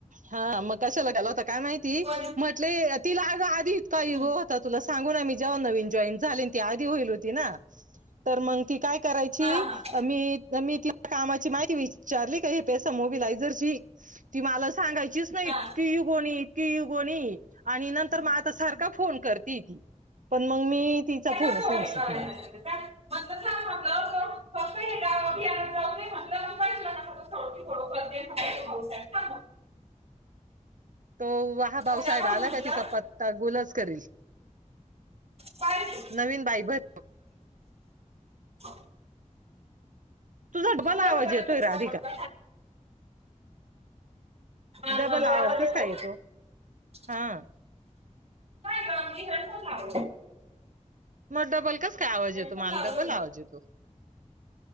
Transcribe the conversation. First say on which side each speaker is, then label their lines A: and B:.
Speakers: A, on the right (about 80°); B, on the right (about 50°).
A: हा मग कशाला गाल होता काय माहिती
B: कोणी?
A: म्हटले तिला आज आधीच
B: हम्म.
A: हो तुला सांगी जेव्हा नवीन जॉन झा आधी होईल होती ना मग त काय करायची
B: हा, हा,
A: मीी कामाची माहिती विचारली का हे पस मोबिलायझरची ती मला सांगायची नाही
B: हा.
A: की गोणी की गोणी आणि नंतर म आता सारखा फोन करते ती पण मग मी तिचा
B: काय
A: फोनच
B: का पोहे
A: नाही उसित
B: करायचं
A: म्हणून
B: काय? म्हटलं थांब म्हटलं तो फक्त हे गाव अभियानात जाऊ दे म्हटलं मग काय तुला कसं कसं सोडती फोडो करते म्हटलं तो भाऊसाहेब थांब म्हटलं.
A: तो वहा भाऊसाहेब
B: उद्या म्हटलं
A: आला काय ती चपात कर
B: पाहिजे
A: नन बाब
B: ह
A: तुझा डबल
B: उद
A: आवाज
B: कळलच
A: येतोय राधिका
B: का होत हा
A: डबल
B: ब आवाज
A: कस
B: येत
A: काय येतो हा
B: काय गगी नसा नाव
A: मग डबल कस काय आवाज
B: हेडफोन
A: येतो माल
B: लावलो
A: डबल
B: ना
A: आवाज येतो